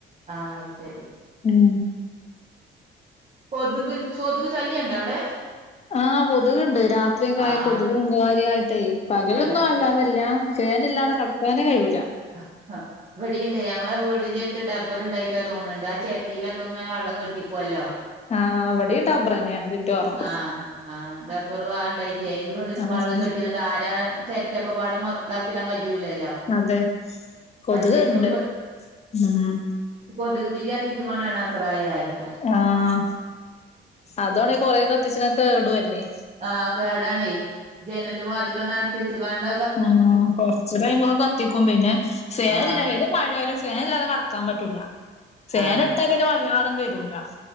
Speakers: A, on the right; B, on the left.
A: ആഹ് അത് ശരി
B: ഉം
A: കൊതുക് കൊതുക് ശല്യം ണ്ടോ അവിടെ?
B: ആഹ്., കൊതുക്ണ്ട്. രാത്രി ഒക്കെ ആയാ
A: ആഹ്
B: കൊതുകും കാര്യായിട്ടേയ് പകലൊന്നും
A: ഞങ്ങക്ക്
B: വല്ലാതില്ല ഫേനില്ലാതെ കടക്കാനേ കഴിയൂല
A: അ ഹ ഇവടിം ണ്ട്. ഞങ്ങളെ വീടിന്റെ ട്ത്ത് ഡബ്ബർ ഉണ്ടായിട്ട തോന്ന്ണ്ട്. ആ ചെരട്ടയിലൊക്കെ ഇങ്ങനെ വെള്ളം കെട്ടിക്കുവല്ലോ
B: ആ വിടെയുംടബ്ബറന്നെയാണ് ചുറ്റോറും
A: ആ ആ ടബ്ബർ <unintelligible> വള്ളം
B: ആഹ്
A: കെട്ടി നിക്കു ‌ ആരാണ് ചെരട്ടയൊക്കെപാട് മു താക്കിടാൻ കഴിയൂല്ലല്ലോ
B: അതെ കൊതുക്ണ്ട്
A: മറ്റേതോല്
B: ഉം
A: കൊതുക് തിരിത്തിച് കൊണ്ടാണ്സറായാലൊക്കെ
B: ആഹ് അതാണെ കൊറെ കത്തിച്ചണത് കേടുഅല്ലേ.
A: ആഹ് കേടാണേ. ജനലും വാതിലും ന്നട്ചചുങ്ങാണ്ട
B: ഉം കൊറച്ചകഴിയുമ്പോ ക്കെ കത്തിക്കും പിന്നെ ഫേനല്ലാ
A: ആഹ്
B: മഴയാലും ഫാൻ ഇല്ലാതെ കിടക്കാൻ പറ്റൂല ഫാൻ
A: ആഹ്
B: ട്ടാ പിന്നെ വല്ലാതെങ്‌ വരൂല